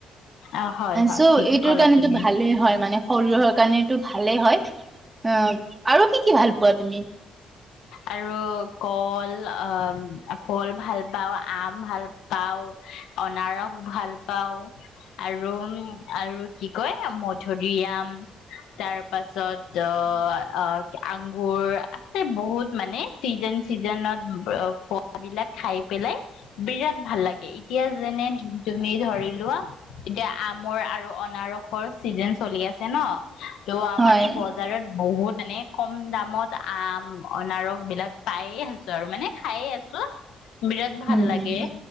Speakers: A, on the left; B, on the right.
A: অ, হয়-হয়
B: চ'
A: ঠিকে
B: এইটোৰ
A: ক'লা
B: কাৰণেতো
A: তুমি।
B: ভালে হয় মানে শৰীৰৰ তানে এইটো ভালেই হয় হয়, আৰু কি কি ভাল পোৱা তুমি?
A: আৰু কল, অ কল ভাল পাওঁ, আম ভাল পাওঁ, অনাৰস ভাল পাও আৰু <unintelligible> আৰু কি কয় থগীআম, তাৰ পাছত অ, আংগুৰ আছে বহুত মানে চিজন চিজনত খোৱা বিলাক খাই পেলাই বিৰাট ভাল লাগে, এতিয়া যেনে তুমি ধৰিলোৱা, এতিয়া আমৰ আৰু অনাৰসৰ চিজন চলি আছে ন? <unintelligible>
B: হয়
A: মানে বজাৰত বহুত মানে কম দামত আম অনাৰস বিলাক পায়ে আছোঁ আৰু মানে খায়ে আছোঁ বিৰাট ভাল
B: উম
A: লাগে,